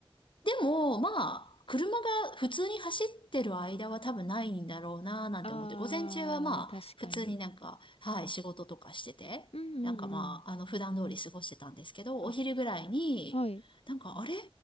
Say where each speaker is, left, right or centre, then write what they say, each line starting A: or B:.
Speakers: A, on the left (about 55°); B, on the left (about 80°).
A: でも、まあ、車が普通に走ってる間は多分ないんだろうなーなんて思って、
B: ああ、
A: 午前中はまあ、
B: 確かに。
A: 普通になんか、はい、仕事とかしてて、
B: うんうんうん。
A: なんかまあ、あの、普段通り過ごしてたんですけど、
B: あ、
A: お昼ぐらいに、
B: はい。
A: なんか、あれ